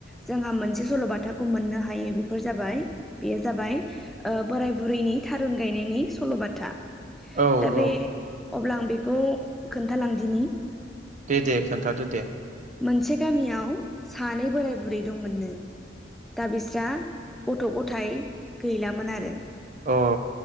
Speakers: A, in the centre; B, on the right.
A: जोंहा मोनसे सल'बाथाखौ मोननो हायो बेफोर जाबाय बेयो जाबाय बोराय बुरैनि थारुन गायनायनि सल'बाथा
B: औ
A: दा बे
B: औ
A: अब्ला आं बेखौ खोन्थालांदिनि
B: दे दे खोन्थादो दे
A: मोनसे गामियाव सानै बोराय बुरै दंमोननो दा बिस्रा गथ' गथाय गैलामोन आरो
B: अ